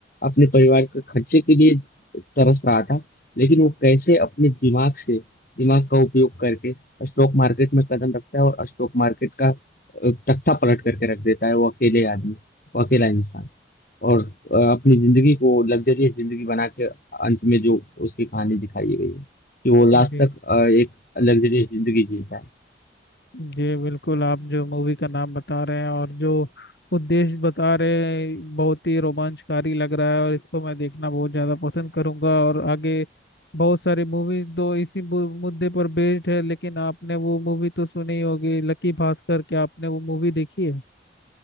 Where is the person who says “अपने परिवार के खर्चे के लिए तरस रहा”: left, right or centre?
Left